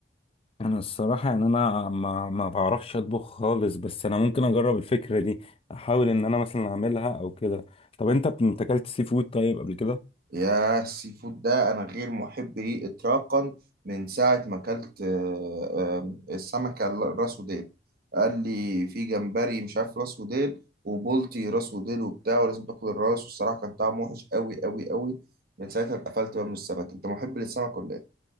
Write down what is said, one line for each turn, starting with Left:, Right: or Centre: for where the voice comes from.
Left: انا الصراحه يعني انا ما ما بعرفش اطبخ خالص بس انا ممكن اجرب الفكره دي احاول ان انا مثلا اعملها او كده طب انت بت- انت اكلت سي فود طيب قبل كده
Right: يا السي فود ده انا غير محب ليه اطلاقا من ساعه ما اكلت آه، آه، السمكه ال- راس وديل قال لي في جمبري مش عارف راس وديل وبولتي راس وديل وبتاع ولازم تاكل الراس والصراحه كان طعمه وحش قوي قوي قوي من ساعتها اتقفلت بقى من السمك انت محب للسمك ولا ايه